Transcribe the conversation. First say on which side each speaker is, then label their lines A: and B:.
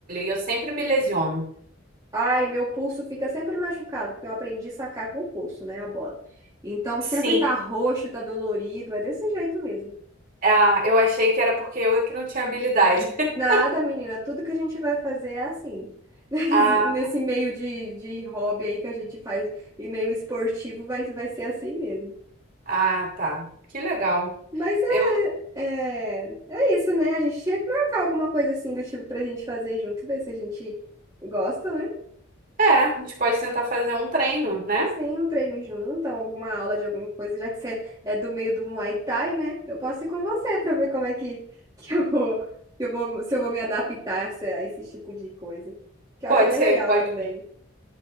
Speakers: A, on the right; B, on the right.
A: eu sempre me lesiono.
B: Ai, meu pulso fica sempre machucado, porque eu aprendi a sacar com o pulso, né, a bola. Então
A: Sim,
B: sempre tá roxo, tá dolorido, é desse jeito mesmo.
A: ah, eu achei que era porque eu é que não tinha habilidade. <laughs>
B: Nada, menina, tudo que a gente vai fazer é assim. <laughs> Nesse
A: Ah,
B: nesse meio de, de hobby aí que a gente faz, e meio esportivo, vai, vai ser assim mesmo.
A: ah, tá. Que legal.
B: Mas
A: Eu,
B: é, é, é isso, né? A gente tinha que marcar alguma coisa assim do tipo pra gente fazer junto, ver se a gente gosta, né?
A: é, a gente pode tentar fazer um treino, né?
B: Sim, um treino junto, alguma aula de alguma coisa, já que você é do meio do Muay Thai, né? Eu posso ir com você pra ver como é que, <laughs> que eu vou, que eu vou, se eu vou me adaptar a essa- a esse tipo de coisa. Que
A: Pode
B: eu acho bem
A: ser,
B: legal
A: pode
B: também.
A: ser.